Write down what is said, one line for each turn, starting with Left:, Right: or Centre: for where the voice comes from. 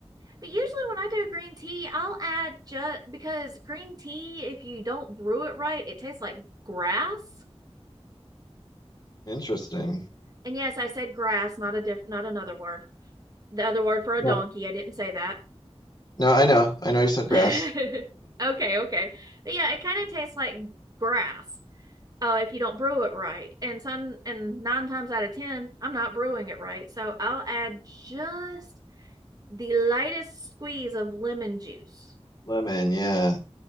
Right: but usually when I do green tea, I'll add just because green tea, if you don't brew it right, it tastes like grass.
Left: Interesting.
Right: And yes, I said grass, not a diff, not another word. The other word for a
Left: No,
Right: donkey, I didn't say that.
Left: no, I know. I know you said grass.
Right: <laughs> Okay, okay. But yeah, it kind of tastes like grass uh, if you don't brew it right. And some, and nine times out of ten, I'm not brewing it right. So I'll add just the lightest squeeze of lemon juice,
Left: Lemon. Yeah.